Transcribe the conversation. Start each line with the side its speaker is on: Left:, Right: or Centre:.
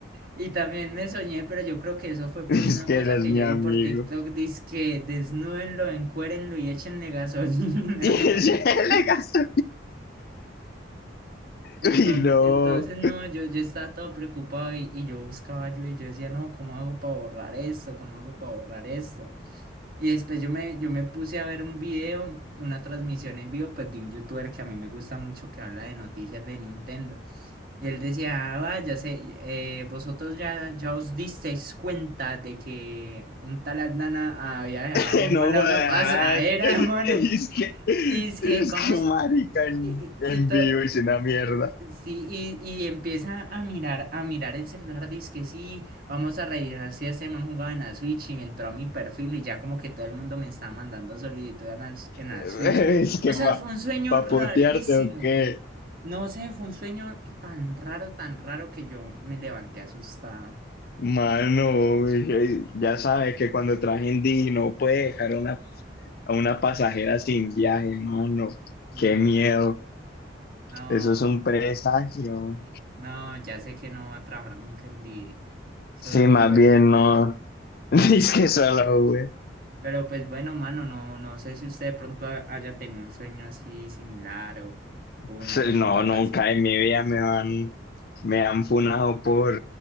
Right: Y también me soñé, pero yo creo que eso fue
Left: <laughs>
Right: por
Left: Es
Right: una
Left: que
Right: cosa
Left: él es
Right: que
Left: mi
Right: yo
Left: amigo.
Right: vi por TikTok,
Left: <laughs>
Right: dice que desnúdenlo, encuérenlo y échenle gasolina.
Left: Y ese
Right: <laughs>
Left: le gastó.
Right: Entonces,
Left: Y no,
Right: entonces no, yo, yo estaba todo preocupado y, y yo buscaba ayuda y yo decía, no, ¿cómo hago para borrar esto? ¿Cómo hago para borrar esto? Y después yo me, yo me puse a ver un video, una transmisión en vivo, pues de un youtuber que a mí me gusta mucho que habla de noticias de Nintendo. Y él decía, ah, va, ya sé, eh, vosotros ya, ya os disteis cuenta de que un tal Aldana había dejado
Left: <laughs>
Right: mal
Left: no jodas.
Right: a una pasadera, <laughs> hermano.
Left: Es que,
Right: Y es
Left: es
Right: que vamos,
Left: que marica en,
Right: y,
Left: en
Right: y, y to-
Left: vivo es una mierda.
Right: Sí, y, y empieza a mirar, a mirar el celular, dice que sí, vamos a revisar si este man jugaba en la Switch y me entró a mi perfil y ya como que todo el mundo me está mandando solicitud en la,
Left: <laughs>
Right: en la Switch.
Left: Es que
Right: O sea,
Left: pa,
Right: fue un sueño
Left: pa
Right: rarísimo.
Left: potearte o qué.
Right: No sé, fue un sueño tan raro, tan raro que yo me levanté asustado.
Left: Mano, ya sabes que cuando traje Indy no puede dejar a una, a una pasajera sin viaje, mano.
Right: No,
Left: Qué miedo.
Right: no,
Left: Eso es un presagio.
Right: no, ya sé que no va a trabajar nunca en D D. solo
Left: Sí, más
Right: Uber.
Left: bien no. <laughs> Es que solo, güey.
Right: Pero pues bueno, mano, no, no sé si usted de pronto ha- haya tenido un sueño así similar o, o una
Left: Sí,
Right: anécdota
Left: No, nunca
Right: así.
Left: en mi vida me han, me han funado por